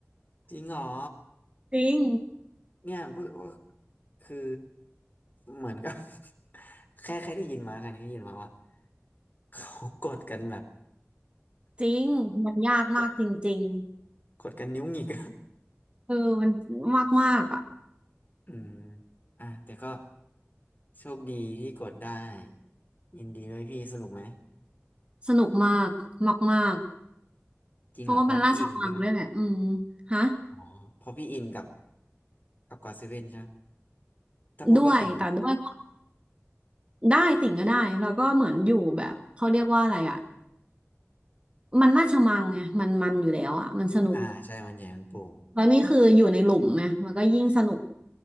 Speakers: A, on the left; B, on the right.
A: จริงเหรอ
B: จริง
A: เนี่ยพูดว่าคือเหมือนกับ <laughs> แค่แค่ได้ยินมากันแค่ได้ยินมาว่า เขากดกันแบบ
B: จริงมันยากมากจริง
A: กดกดกันนิ้วหงิก
B: เออมันมากมากอ่ะ
A: <laughs> อืมอ่ะแต่ก็โชคดีที่กดได้ยินดีด้วยพี่สนุกไหม
B: สนุกมากมากมาก
A: จริงเหรอเพราะพี่อินใช่ไหม
B: เพราะว่ามันราชมังด้วยแหละอืมฮะ
A: อ๋อเพราะพี่อินกับกับกอดเซเว่นใช่ไหมถ้าพูดว่าติ่งกับ
B: ด้วยแต่ด้วยได้ติ่งก็ได้แล้วก็เหมือนอยู่แบบเขาเรียกว่าอะไรอ่ะมันราชมังไงมันมันอยู่แล้วอ่ะมันสนุก
A: อ่าใช่มันใหญ่มันโปร่ง
B: แล้วนี่คืออยู่ในหลุมไงมันก็ยิ่งสนุก